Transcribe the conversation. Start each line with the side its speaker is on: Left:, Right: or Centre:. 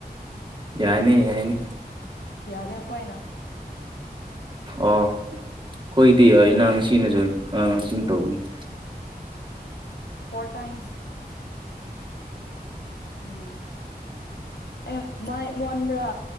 Right: ꯌꯥꯅꯦ ꯌꯥꯏꯅꯤ
Left: ꯑꯗ ꯄꯣꯏꯅ
Right: ꯑ ꯍꯣꯏꯗꯤ ꯅꯪ ꯁꯤꯅꯁꯨ ꯑꯥ ꯁꯤꯨꯝ ꯇꯧꯕꯒꯅꯤ
Left: ꯐꯣꯔ ꯇꯥꯏꯝꯁ ꯎꯝ ꯑꯦ ꯃꯥꯏ ꯃꯣꯟꯕ꯭ꯔꯥ